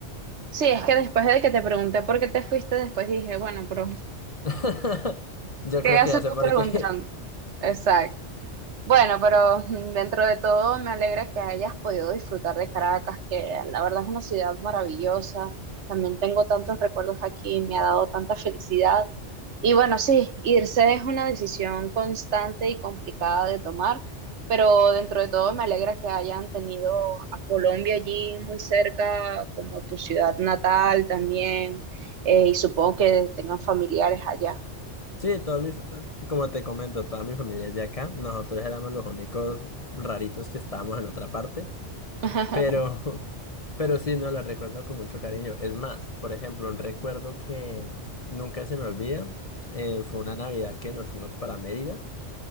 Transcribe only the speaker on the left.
<laughs> Yo
creo
que ya sé
por
qué. <laughs>
Sí, todo mi, to- como te comento, toda mi familia es de acá. Nosotros éramos los únicos raritos que estábamos en otra parte,
pero, <laughs> pero sí, no la recuerdo con mucho cariño. Es más, por ejemplo, un recuerdo que nunca se me olvida, eh, fue una Navidad que nos fuimos para Mérida